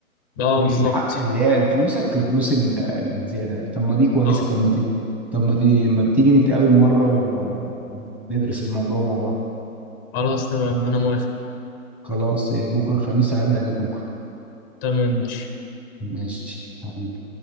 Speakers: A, on the left (about 15°); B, in the centre.
A: اه
B: الحق
A: بالظبط
B: اللي هي فلوسك وفلوس ال- الزيادة طب ما دي كويسة
A: اه
B: طب ما تي... طب ما, تي... ما تيجي نتقابل مرة و... وندرس الموضوع مع بعض
A: خلاص تمام أنا موافق
B: خلاص إيه، بكرة الخميس هعدي عليك بكرة
A: تمام ماشي
B: ماشي حبيبي